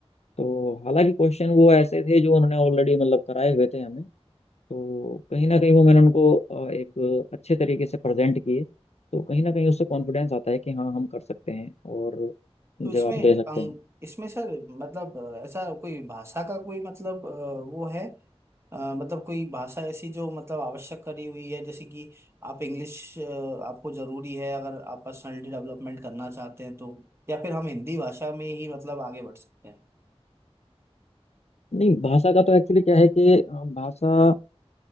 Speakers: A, on the left; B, on the right.
A: तो हालांकि क्वेश्चन वो ऐसे थे जो उन्होंने ऑलरेडी मतलब कराए हुए थे हमें तो कहीं ना कहीं वो मैंने उनको अ, एक अच्छे तरीके से प्रेजेंट किए तो कहीं ना कहीं उससे कॉन्फिडेंस आता है कि हाँ हम कर सकते हैं और जवाब
B: तो इसमें
A: दे सकते
B: अंग
A: हैं
B: इसमें सर मतलब अ, ऐसा कोई भाषा का कोई मतलब अ, वो है अ, मतलब कोई भाषा ऐसी जो मतलब आवश्यक करी हुई है जैसे कि आप इंग्लिश आपको जरूरी है अगर आप पर्सनालिटी डेवलपमेंट करना चाहते हैं तो या फिर हम हिंदी भाषा में ही मतलब आगे बढ़ सकते हैं
A: नहीं भाषा का तो एक्चुअली क्या है कि अ, भाषा